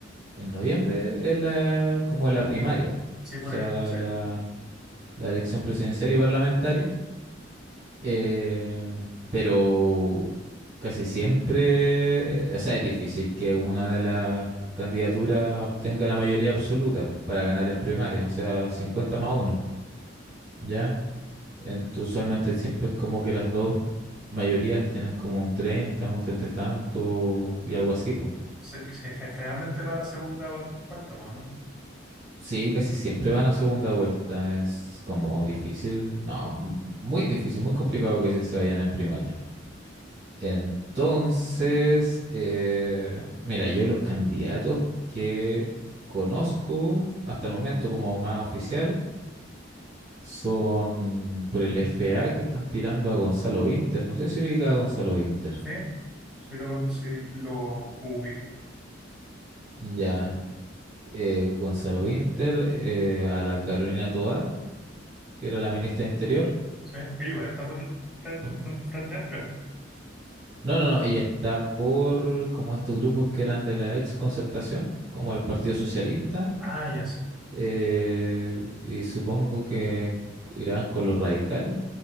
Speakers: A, on the right; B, in the centre.
A: En noviembre es la, como la primaria, po.
B: Sí,
A: o
B: por
A: sea,
B: ahí, sí.
A: la, la elección presidencial y parlamentaria. Eh, pero casi siempre, eh, o sea, es difícil que una de las candidaturas obtenga la mayoría absoluta po, para ganar en primaria, o sea, 50 más uno, ¿ya? Ent- usualmente siempre es como que las dos mayorías tienen como un treinta un 30 y tanto
B: claro.
A: y algo así, pues.
B: Sí, sí, es que generalmente van a segunda vuelta, pues, ¿no?
A: Sí, casi siempre van a segunda vuelta, es como difícil, no, muy difícil, muy complicado que se vayan en primaria. Entonces, eh, mira, yo los candidatos que conozco hasta el momento como más oficiales son por el FA que están tirando a Gonzalo Vinter. No sé si ubica a Gonzalo Vinter.
B: Sí, sí lo, con- sí lo ubico.
A: Ya, eh, Gonzalo Vinter, eh, a la Carolina Toa que era la ministra de Interior.
B: Sí, Eh, igual está por el Fren-
A: Mm,
B: Fren- Frente Amplio.
A: No, no, no, ella está por como estos grupos que eran de la ex Concertación, como el Partido Socialista
B: Ah, ya, sí.
A: Eh, y supongo que irán con los radicales,